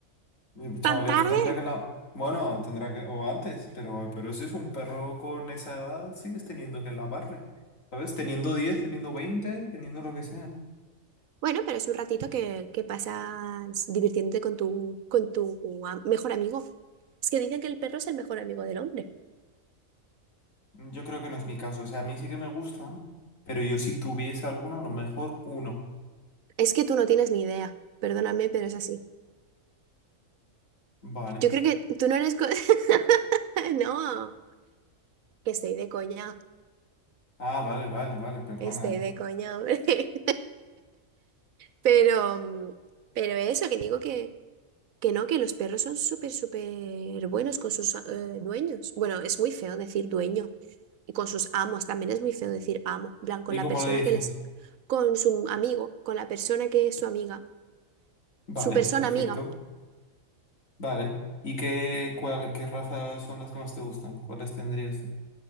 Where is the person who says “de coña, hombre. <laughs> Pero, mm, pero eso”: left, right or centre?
Right